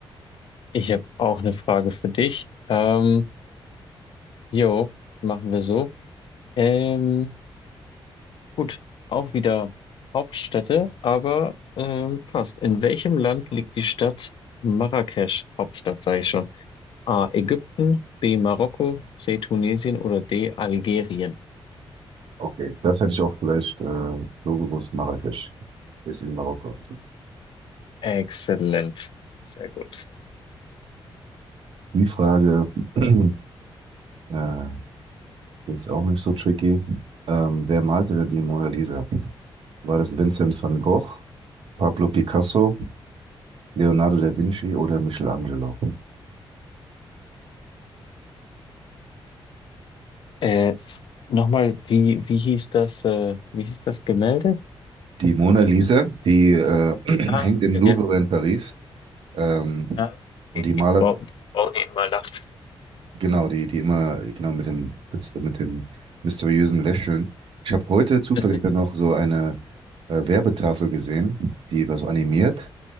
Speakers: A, on the left; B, on the right.
A: Ich habe auch eine Frage für dich. Ähm, jo, machen wir so. Ähm, gut, auch wieder Hauptstädte, aber ähm, passt. In welchem Land liegt die Stadt Marrakesch? Hauptstadt, sage ich schon. A. Ägypten, B. Marokko, C. Tunesien oder D. Algerien.
B: Okay, das hätte ich auch vielleicht äh, so gewusst. Marrakesch ist in Marokko.
A: Exzellent. Sehr gut.
B: Die Frage <clears throat> äh, Ist auch nicht so tricky. Ähm, wer malte denn die Mona Lisa? War das Vincent van Gogh, Pablo Picasso, Leonardo da Vinci oder Michelangelo?
A: Äh, nochmal, wie, wie hieß das, äh, wie hieß das Gemälde?
B: Die Mona Lisa, die äh, <clears throat>
A: Ah,
B: hängt im Louvre
A: ja.
B: in Paris. Ähm,
A: Ja,
B: und
A: die,
B: die malert,
A: die, Frau, die Frau, die immer lacht.
B: genau, die, die immer, genau, mit dem, mit dem mysteriösen Lächeln. Ich habe heute zufällig
A: <laughs>
B: dann noch so eine äh, Werbetafel gesehen, die war so animiert